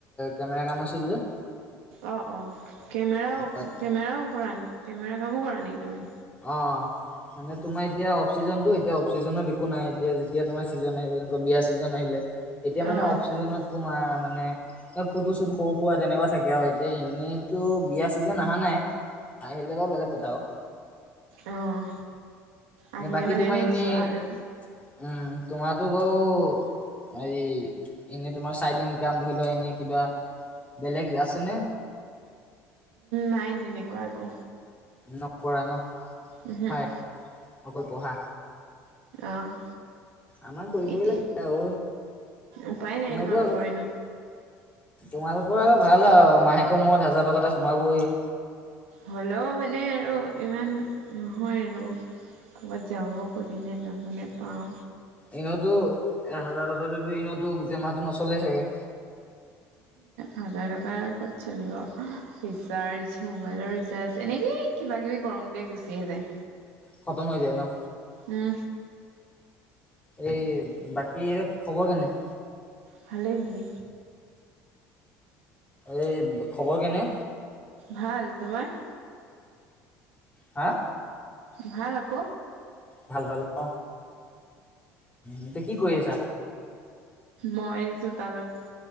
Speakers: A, on the left; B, on the right.
A: কেমেৰা কাম আছিল যে।
B: অঁ অঁ কেমেৰাও
A: তাত
B: কেমেৰাও কৰা কেমেৰা কামো কৰা নেকি তুমি?
A: অঁ তোমাৰ এতিয়া অফচিজনতো এয়া অফচিজনো একো নাই এতিয়া যেতিয়া তোমাৰ চিজন আহিব যেনেকা বিয়া চিজন আহিলে এতিয়া মানে
B: অঁ
A: অফচিজনত তোমাৰ মানে, ফটো চুট সৰু খোৱা তেনেকুৱা থাকে আৰু এতিয়া এনেইতো বিয়া চিজন অহা নাই। আহিলে বাৰু বেলেগ কথা অ'।
B: অঁ অঁ আহিলে
A: বাকী
B: মানে
A: তোমাৰ
B: এনে
A: এনেই
B: যোৱা
A: উম
B: আৰু
A: তোমাৰ সেইটো বাও, হাৰি এনেই তোমাৰ চাইড ইন কাম ধৰি লোৱা এনই কিবা বেলেগ আছেনে?
B: নাই তেনেকুৱা একো।
A: নকৰা ন।
B: এহেহ,
A: পঢ়াই অকল পঢ়া
B: অৱ।
A: আমাৰ কৰিবই
B: এইডটি,
A: লাগে আৰু
B: উপায় নাই
A: তোমালোকৰ
B: তোমালোকৰেনো।
A: তোমালোকৰ আৰু ভাল আও মাহেকৰ মূৰত মৰত হাজাৰ টকা এটা সোমাবই।
B: হ'লেও মানে আৰু ইমান নহয় আৰু। ক'ৰবাত যাব খুজিলে যাব নেপাওঁ।
A: এনেওতো এ হাজাৰ টকা ঋণতো গোটেই মাহটো নচলেই ছাগে।
B: হাজাৰ টকাৰ ও ক'ত চলিব ৰিচাৰ্জ মোবাইলৰ ৰিচাৰ্জ এনেকে। এই কিবা কৰোংতে গুচি এই যায়।
A: খতম হৈ যিয় ন'।
B: উম
A: এই বাকী হেতৰ খবৰ কেনে?
B: ভালে ভালে।
A: এই খবৰ কেনে?
B: ভাল তোমাৰ?
A: হা?
B: ভাল আক।
A: ভাল, ভাল উ এতিয়া কি কৰি আছা?
B: মই চোতালত